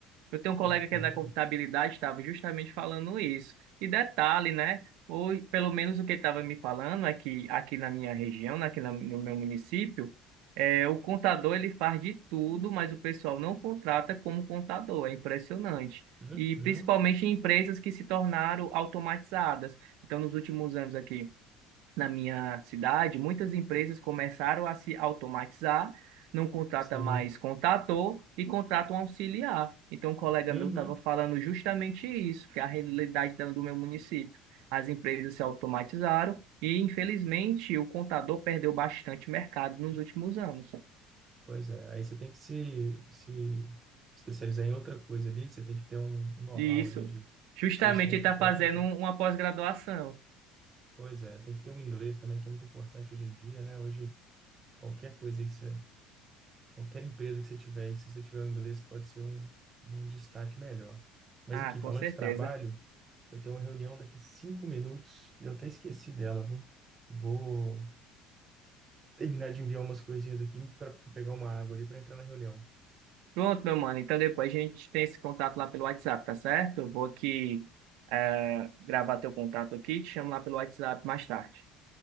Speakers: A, on the right (about 75°); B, on the right (about 25°).
A: Eu tenho um colega
B: então,
A: que é da contabilidade, estava justamente falando isso. E detalhe, né? Ou pelo menos o que ele estava me falando é que aqui na minha região, né, aqui na- no meu município, é, o contador ele faz de tudo, mas o pessoal não contrata como contador. É impressionante.
B: uhum,
A: E principalmente em empresas que se tornaram automatizadas. Então, nos últimos anos aqui na minha cidade, muitas empresas começaram a se automatizar, não contrata
B: sim.
A: mais contator e contrata um auxiliar. Então, um colega
B: Uhum.
A: meu estava falando justamente isso, que é a realidade da- do meu município. As empresas se automatizaram e, infelizmente, o contador perdeu bastante mercado nos últimos anos.
B: Pois é, aí você tem que se, se especializar em outra coisa ali, você tem que ter um um know-how
A: E isso,
B: ali de,
A: justamente,
B: de conhecimento
A: ele está
B: técnico,
A: fazendo um- uma pós-graduação.
B: pois é, tem que ter um inglês também, que é muito importante hoje em dia, né? Hoje, qualquer coisa aí que você, qualquer empresa que você tiver, e se você tiver o inglês, pode ser um, um destaque melhor. Mas
A: Ah,
B: aqui,
A: com
B: falando
A: certeza.
B: de trabalho, eu tenho uma reunião daqui cinco minutos, e eu até esqueci dela, viu? Vou terminar de enviar umas coisinhas aqui para pegar uma água ali para entrar na reunião.
A: Pronto, meu mano. Então depois a gente tem esse contato lá pelo WhatsApp, tá certo? Eu vou aqui é, gravar teu contato aqui e te chamo lá pelo WhatsApp mais tarde.